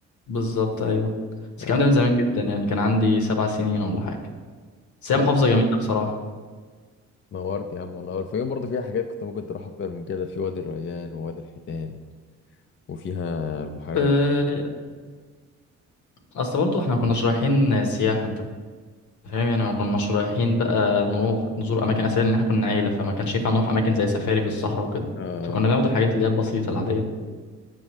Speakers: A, on the left; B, on the left.
A: بالظبط ايوه بس
B: آه.
A: الكلام ده من زمان جدا يعني كان عندي سبع سنين ولا حاجه بس هي
B: لا
A: محافظه جميله بصراحه
B: نورت يا عم والله الفيوم برضه فيها حاجات كنت ممكن تروح أكتر من كده في وادي الريان ووادي الحيتان وفيها البحيرة
A: أه،
B: المتوسطة
A: اصل برضو احنا ما كناش رايحين سياحه انت فاهم يعني ما كناش رايحين بقى نروح نزور اماكن اثريه لان احنا كنا عيله فما كانش ينفع نروح اماكن زي سفاري في الصحراء وكده
B: آه.
A: فكنا بناخد الحاجات اللي هي البسيطه العاديه